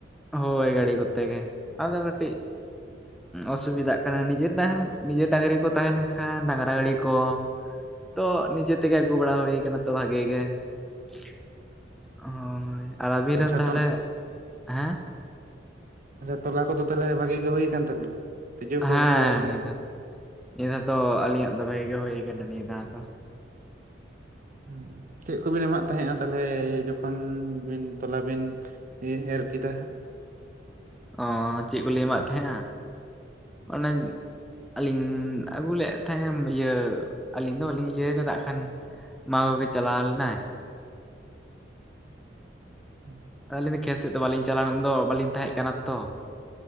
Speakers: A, in the centre; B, on the right.
A: ᱦᱳᱭ ᱜᱟᱹᱲᱤ ᱠᱚᱛᱮ ᱜᱮ, ᱟᱫᱚ ᱠᱟᱹᱴᱤᱡᱼᱼ ᱚᱥᱩᱵᱤᱫᱷᱟᱜ ᱠᱟᱱᱟ ᱱᱤᱡᱮᱨ ᱰᱟ, ᱱᱤᱡᱮᱨ ᱰᱟᱝᱨᱤ ᱠᱚ ᱛᱟᱦᱮᱸ ᱞᱮᱱᱠᱷᱟᱱ ᱰᱟᱝᱨᱟ ᱜᱟᱹᱲᱤ ᱠᱚᱼᱼ ᱛᱚ ᱱᱤᱡᱮ ᱛᱮᱜᱮ ᱟᱹᱜᱩ ᱵᱟᱲᱟ ᱦᱳᱭ ᱠᱟᱱᱟ ᱛᱚ ᱵᱷᱟᱜᱮ ᱜᱮ ᱾ ᱦᱳᱭ ᱟᱨ ᱟᱵᱤᱱ
B: ᱟᱪᱪᱷᱟ
A: ᱨᱮᱱ ᱛᱟᱦᱚᱞᱮ,
B: ᱛᱚ
A: ᱦᱮᱸ?
B: ᱟᱫᱚ ᱛᱚᱞᱟ ᱠᱚᱫᱚ ᱛᱟᱦᱚᱞᱮ ᱵᱷᱟᱜᱤ ᱜᱮ ᱦᱩᱭ ᱠᱟᱱ ᱛᱟᱵᱤᱱᱟ? ᱛᱤᱡᱩ ᱠᱚ
A: ᱦᱮᱸ
B: ᱵᱟᱠᱚ ᱵᱟᱹᱱᱩᱜ
A: ᱱᱤᱭᱟᱹ ᱫᱷᱟᱣ ᱱᱤᱭᱟᱹ ᱫᱷᱟᱣ ᱫᱚ ᱟᱹᱞᱤᱧᱟᱜ ᱫᱚ ᱵᱷᱟᱜᱤ ᱜᱮ ᱦᱩᱭ ᱠᱟᱱᱟ ᱱᱤᱭᱟᱹ ᱫᱷᱟᱣ ᱫᱚ ᱾
B: ᱦᱩᱸ ᱦᱩᱸ, ᱪᱮᱫ ᱠᱚᱵᱤᱱ ᱮᱢᱟᱜ ᱛᱟᱦᱮᱸᱜ-ᱟ ᱛᱟᱦᱚᱞᱮ ᱡᱚᱠᱷᱚᱱ ᱵᱤᱱ ᱛᱚᱞᱟ ᱵᱤᱱ ᱦᱮᱸ ᱮᱨ ᱠᱮᱫᱟ ᱾
A: ᱚᱸᱻ ᱪᱮᱫ ᱠᱚᱞᱤᱧ ᱮᱢᱟᱫ ᱛᱟᱦᱮᱸᱜ-ᱟ, ᱚᱱᱮᱧ ᱟᱹᱞᱤᱧ ᱟᱹᱜᱩ ᱞᱮᱜ ᱛᱟᱦᱮᱸᱜ-ᱮᱢ ᱤᱭᱟᱹ, ᱟᱹᱞᱤᱧ ᱫᱚ ᱵᱟᱞᱤᱧ ᱤᱭᱟᱹ ᱠᱟᱫᱟ ᱟᱜ-ᱠᱷᱟᱱ, ᱢᱟ ᱜᱳ ᱜᱮ ᱪᱟᱞᱟᱣ ᱞᱮᱱᱟᱭ ᱾
B: ᱦᱩᱸ᱾
A: ᱟᱹᱞᱤᱧ ᱫᱚ ᱠᱷᱮᱛ ᱥᱮᱫ ᱫᱚ ᱵᱟᱞᱤᱧ ᱪᱟᱞᱟᱣ ᱞᱮᱱ ᱩᱱ ᱫᱚ ᱵᱟᱹᱞᱤᱧ ᱛᱟᱦᱮᱸᱜ ᱠᱟᱱᱟ ᱛᱚ ᱾